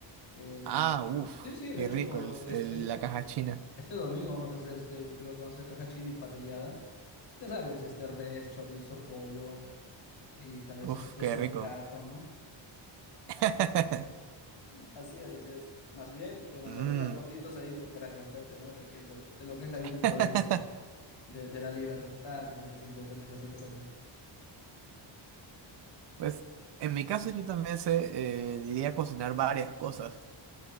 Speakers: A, on the left (about 65°); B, on the right (about 55°).
A: Eh,
B: Ah, uff,
A: sí, sí,
B: qué
A: de hecho,
B: rico el-
A: este,
B: el- la caja china.
A: este domingo vamos a hacer, este, creo que vamos a hacer caja china y parrillada. Ya sabes, este, res, chorizo, pollo. Y tal vez
B: Uff,
A: si se cruza
B: qué
A: un
B: rico.
A: gato, ¿no?
B: <laughs>
A: Así es, así es. Más bien, te mandaré
B: Mm.
A: unas fotitos ahí pues para que antoje, ¿no? De, que lo, de lo que es la vida
B: <laughs>
A: en provincia, de, de la libertad que se siente hacer las cositas acá.
B: Pues en mi caso yo también sé, eh, diría cocinar varias cosas.